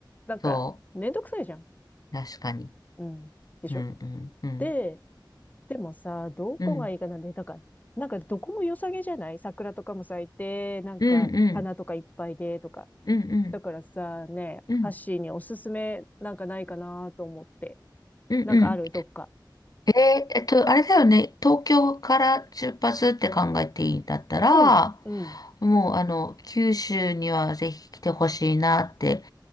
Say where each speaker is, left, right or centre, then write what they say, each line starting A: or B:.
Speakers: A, on the left; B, on the left.
A: なんか、
B: そ
A: めんどくさいじゃん。
B: う。確かに。
A: うん。でしょ
B: うんうんうん。
A: で、でもさ、どこがいいかなで、
B: うん。
A: だんらなんかどこも良さげじゃない桜とかも咲いて、なんか花とかいっぱいで、
B: うんうん。
A: とか。
B: うんうん。
A: だからさ、ね、
B: うんうん
A: ハッシーにおすすめなんかないかなと思って。
B: うんうん。
A: なんかあるどっか。
B: ええっと、あれだよね、東京から出発って考えていいんだったら、
A: うん、うん。
B: もうあの、九州にはぜひ来てほしいなって